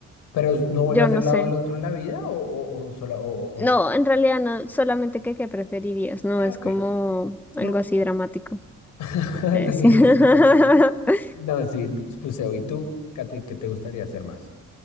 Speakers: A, on the left; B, in the centre.
A: Pero no vuelvo
B: yo
A: a hacer
B: no
A: lado
B: sé.
A: del otro en la vida o, o, o solo o,
B: No,
A: o-
B: en realidad no, solamente que qué preferirías, no
A: Ah,
B: es
A: ok.
B: como
A: No,
B: algo así dramático.
A: <laughs>
B: Eh,
A: las
B: sí.
A: mías
B: <laughs>
A: sí son- No, sí, buceo. ¿Y tú, Katy, qué te gustaría hacer más?